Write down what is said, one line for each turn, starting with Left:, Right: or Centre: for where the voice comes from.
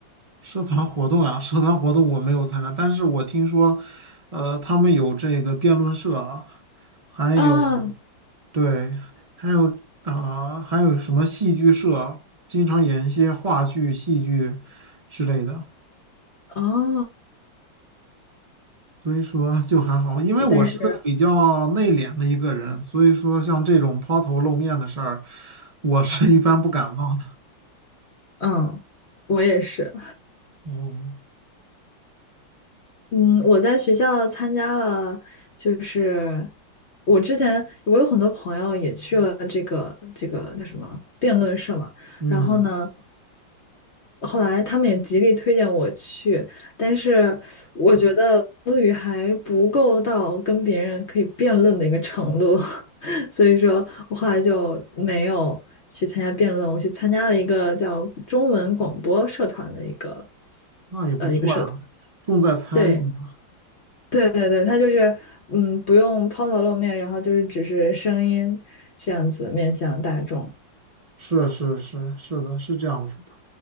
Right: 社团活动啊，社团活动我没有参加，但是我听说，呃，他们有这个辩论社啊，还有
Left: 啊，
Right: 对，还有啊、呃还有什么戏剧社，经常演一些话剧、戏剧之类的，
Left: 哦，
Right: 所以说就还好。因为我是比较内敛的一个人，
Left: 但是，
Right: 所以说像这种抛头露面的事儿，我是一般不感冒的。
Left: 嗯，我也是。
Right: 哦，
Left: 嗯，我在学校参加了，就是我之前我有很多朋友也去了这个这个叫什么辩论社嘛，
Right: 嗯，
Left: 然后呢，后来他们也极力推荐我去，但是我觉得英语还不够到跟别人可以辩论的一个程度，<laughs> 所以说我后来就没有去参加辩论，我去参加了一个叫中文广播社团的一个
Right: 那也不错呀，
Left: 呃一个社团，
Right: 重在参与嘛。
Left: 对。对对对，它就是嗯，不用抛头露面，然后就是只是声音这样子面向大众。
Right: 是是是是的，是这样子的。